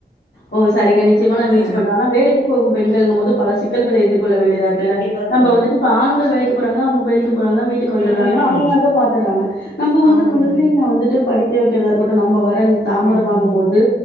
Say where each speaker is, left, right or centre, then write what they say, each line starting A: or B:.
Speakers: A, on the left; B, on the left.
A: ஓ சரிங்க நிச்சயமா நா முயற்சி
B: ஆ
A: பண்ற ஆனா வேலைக்கு போகும் பெண்கள்ங்கும் போது பல சிக்கல்க எதிர் கொள்ள வேண்டியதா இருக்கில்ல
B: கண்டிப்பா
A: நம்ம
B: தோழி
A: வந்துட்டு இப்ப ஆண்கள் வேலைக்கு போறாங்கனா அவங்க வேலைக்கு போறங்க வீட்டுக்கு
B: ம்
A: வந்தறாங்க அவங்க அத பாத்தறாங்க நம்ப வந்து
B: ஆமா
A: குழந்தைங்க
B: தோழி
A: வந்துட்டு படிக்க வைக்கிறதா இருக் கூட நம்ம வரல்
B: ம்
A: தாமதமாகு
B: ம்
A: போது